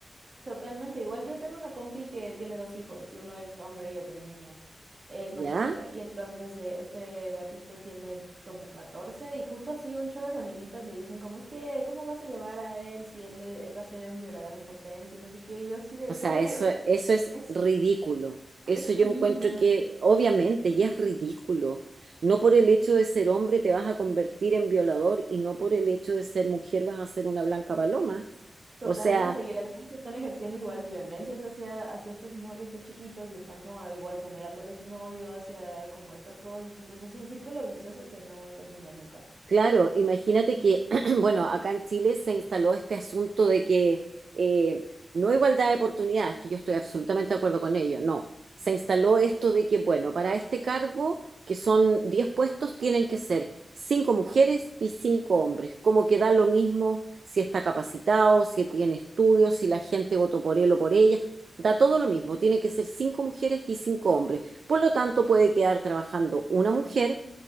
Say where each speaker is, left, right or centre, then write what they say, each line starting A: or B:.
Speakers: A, on the right; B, on the right.
A: Totalmente, igual yo tengo una compi que tiene dos hijos y uno es hombre y otro es niña, es
B: ¿ya?
A: más chiquita y entonces eh, este batito tiene como 14 y justo así un chorro de feministas le dicen como es que ¿cómo vas a llevar a él si él, e- él va a ser un violador en potencia? Y no sé qué, y yo así de
B: O
A: güey,
B: sea, eso,
A: <laughs> o sea,
B: eso es
A: es,
B: ridículo. Eso
A: es
B: yo
A: un
B: encuentro
A: niño,
B: que
A: es-
B: obviamente ya es ridículo. No por el hecho de ser hombre te vas a convertir en violador y no por el hecho de ser mujer vas a ser una blanca paloma.
A: totalmente
B: O sea,
A: y además están ejerciendo igual violencias hacia, hacia estos morritos chiquitos y están como igual generándoles un odio hacia como estas cosas, entonces es un círculo vicioso que no termina nunca.
B: Claro, imagínate que, <clears throat> bueno, acá en Chile se instaló este asunto de que eh, no igualdad de oportunidades, que yo estoy absolutamente de acuerdo con ello, no. Se instaló esto de que, bueno, para este cargo, que son 10 puestos, tienen que ser 5 mujeres y 5 hombres, como que da lo mismo si está capacitado, si tiene estudios, si la gente votó por él o por ella, da todo lo mismo, tiene que ser 5 mujeres y 5 hombres. Por lo tanto, puede quedar trabajando una mujer